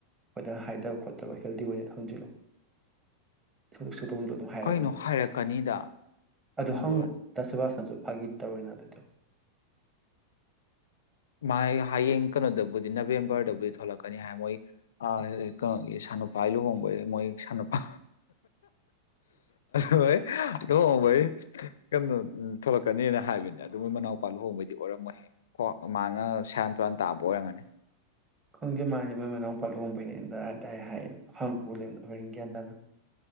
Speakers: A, on the right; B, on the left.
A: ꯑꯩꯣꯏꯗ ꯍꯥꯏꯗꯕ ꯈꯣꯠꯇꯕ ꯍꯦꯜꯗꯤ ꯑꯣꯏꯅ ꯍꯥꯡꯖꯤꯜꯂꯣ ꯁ ꯁꯨ ꯇꯧꯁꯤꯜꯂ ꯑꯗꯨꯝ ꯍꯥꯏꯔꯛꯦ
B: ꯀꯩꯅꯣ
A: ꯑꯗꯨꯅꯦ
B: ꯍꯥꯏꯔꯛꯀꯅꯤꯗ
A: ꯑꯗꯨ
B: ꯂꯨꯍꯣꯡꯗꯣꯔꯗꯤ
A: ꯍꯪꯉꯨꯗꯁꯨꯕꯥꯁꯅꯁꯨ ꯐꯒꯗ ꯇꯔꯣꯏꯅꯥꯗꯗ
B: ꯃꯥ ꯍꯌꯦꯡ ꯀꯩꯅꯣꯗꯕꯨꯗꯤ ꯅꯕꯦꯝꯕꯔꯗꯕꯨꯗꯤ ꯊꯣꯛꯂꯛꯀꯅꯤ ꯍꯥꯏ ꯃꯣꯏ ꯀꯩꯅꯣꯒꯤ ꯁꯥꯟꯅꯨꯄꯥ ꯂꯨꯍꯣꯡꯕꯒꯤ ꯃꯣꯏ ꯁꯅꯨꯄꯥ ꯍꯣꯏ ꯂꯨꯍꯣꯡꯕꯩ ꯀꯩꯅꯣ ꯊꯣꯛꯂꯛꯀꯅꯤꯅ ꯍꯥꯏꯕꯅꯦ ꯑꯗꯨ ꯃꯣꯏ ꯃꯅꯥꯎꯄꯥ ꯂꯨꯍꯣꯡꯕꯩꯗꯤ ꯑꯣꯏꯔꯝꯃꯣꯏꯍꯦ ꯀꯣ ꯃꯥꯅ ꯁꯌꯥꯟ ꯇꯨꯔꯥꯟ ꯇꯥꯕ ꯑꯣꯏꯔꯝꯒꯅꯤ
A: ꯈꯪꯗꯦ ꯃꯥꯁꯦ ꯃꯣꯏ ꯃꯅꯥꯎꯨꯄꯥ ꯂꯍꯣꯡꯕꯩꯅꯦꯅ ꯑꯗꯨ ꯇꯔꯦ ꯍꯥꯏꯌꯦ ꯍꯪꯕ ꯕꯣꯂꯦꯝꯗꯣ ꯍꯣꯔꯦꯟꯒꯌꯥꯟ ꯇꯅ